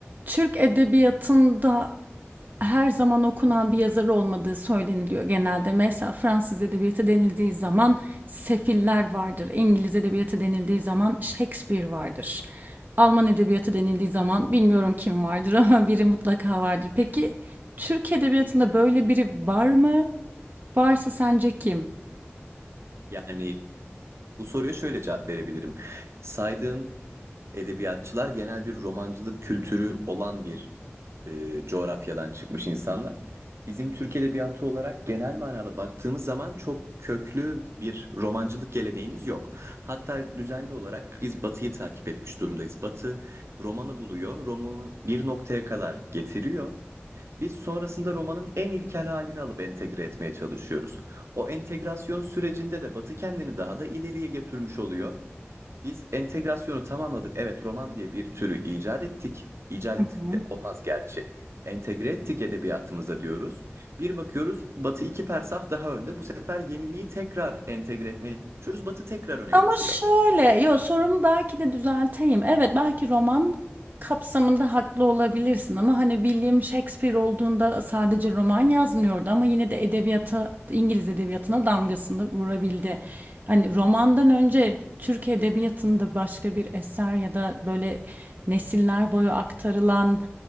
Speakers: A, on the right; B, on the right.
A: Türk edebiyatında her zaman okunan bir yazar olmadığı söyleniliyor genelde. Mesela Fransız edebiyatı denildiği zaman Sefiller vardır. İngiliz edebiyatı denildiği zaman Shakespeare vardır. Alman edebiyatı denildiği zaman bilmiyorum kim vardır ama <laughs> biri mutlaka vardır. Peki Türk edebiyatında böyle biri var mı? Varsa sence kim?
B: Yani bu soruya şöyle cevap verebilirim. Saydığın edebiyatçılar genel bir romancılık kültürü olan bir e, coğrafyadan çıkmış insanlar. Bizim Türk edebiyatı olarak genel manada baktığımız zaman çok köklü bir romancılık geleneğimiz yok. Hatta düzenli olarak biz Batı'yı takip etmiş durumdayız. Batı romanı buluyor, romanı bir noktaya kadar getiriyor. Biz sonrasında romanın en ilkel halini alıp entegre etmeye çalışıyoruz. O entegrasyon sürecinde de Batı kendini daha da ileriye getirmiş oluyor. Biz entegrasyonu tamamladık. Evet, roman diye bir türü icat ettik. İcat
A: Hı
B: ettik
A: hı.
B: de olmaz gerçi. Entegre ettik edebiyatımıza diyoruz. Bir bakıyoruz Batı iki persah daha önde. Bu sefer yeniliği tekrar entegre etmeye çalışıyoruz. Batı tekrar öne
A: Ama
B: geçiyor.
A: şöyle, yo sorumu belki de düzelteyim. Evet, belki roman kapsamında haklı olabilirsin ama hani William Shakespeare olduğunda sadece roman yazmıyordu ama yine de edebiyata İngiliz edebiyatına damgasını vurabildi. Hani romandan önce Türk edebiyatında başka bir eser ya da böyle nesiller boyu aktarılan